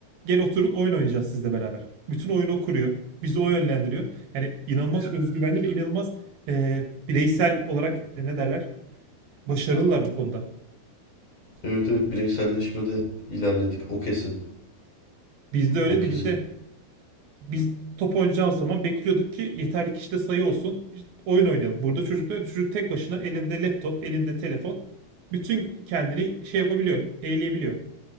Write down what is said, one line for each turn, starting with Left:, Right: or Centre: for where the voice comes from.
Right: Gel oturun oyun oynayacağız sizle beraber. Bütün oyunu o kuruyor. Bizi o yönlendiriyor. Yani inanılmaz özgüvenli ve inanılmaz e, bireysel olarak e, ne derler? Başarılılar bu konuda.
Left: Evet evet bireyselleşmede ilerledik. O kesin.
Right: Bizde öyleydi.
Left: O kesin.
Right: Bizde biz top oynayacağımız zaman bekliyorduk ki yeterli kişide sayı olsun. İşte oyun oynayalım. Burada çocuklar çocuk tek başına elinde laptop, elinde telefon bütün kendini şey yapabiliyor, eğleyebiliyor.